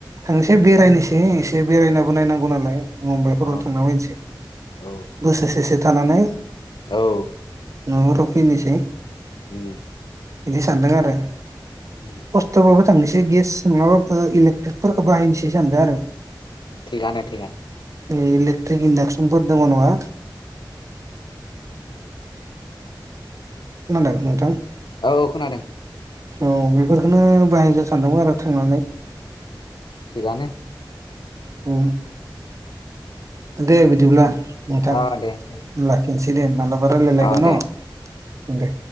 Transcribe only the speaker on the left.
अ
औ
औ
उम
उम
थिगानो थिगानो
औ औ खोनादों
थिगानो
अ दे दे
अ दे